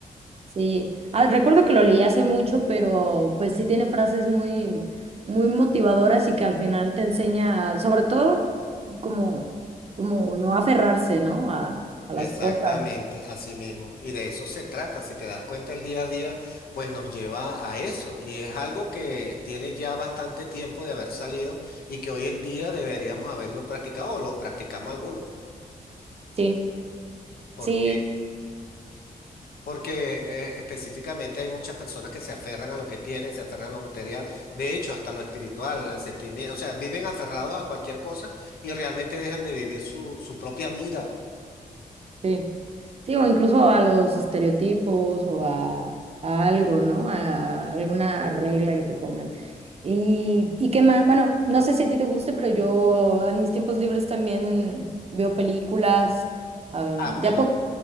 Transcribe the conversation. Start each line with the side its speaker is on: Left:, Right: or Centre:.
Right: Sí, ah, recuerdo que lo leí hace mucho, pero pues sí tiene frases muy, muy motivadoras y que al final te enseña, sobre todo, como, como no aferrarse, ¿no? A, a
Left: Exactamente,
Right: las cosas.
Left: así mismo. Y de eso se trata. Si te das cuenta, el día a día, pues nos lleva a eso. Y es algo que tiene ya bastante tiempo de haber salido y que hoy en día deberíamos haberlo practicado o lo practicamos algunos.
Right: Sí,
Left: porque
Right: sí.
Left: Porque eh, específicamente hay muchas personas que se aferran a lo que tienen, se aferran a lo material, de hecho, hasta lo espiritual, al sentimiento, o sea, viven aferrados a cualquier cosa y realmente dejan de vivir su, su propia vida.
Right: Sí. Sí, o incluso a los estereotipos o a, a algo, ¿no? A, alguna regla que te pongan. Y, y qué más, bueno, no sé si a ti te guste, pero yo en mis tiempos libres también veo películas. A ver,
Left: Ah, bueno.
Right: ya poco,